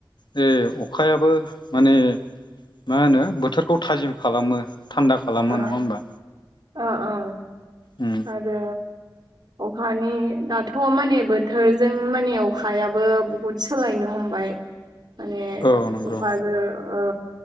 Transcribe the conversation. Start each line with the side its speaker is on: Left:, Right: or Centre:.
Left: बे अखायाबो माने मा होनो बोथोरखौ थाजिम खालामो। थान्दा खालामो
Right: ओ ओ
Left: नङा होमबा
Right: औ
Left: उम
Right: आरो अखानि दाथ' माने बोथोरजों माने अखायाबो बुहुद सोलायनो हमबाय माने
Left: औ नंगौ
Right: अखाजो ओ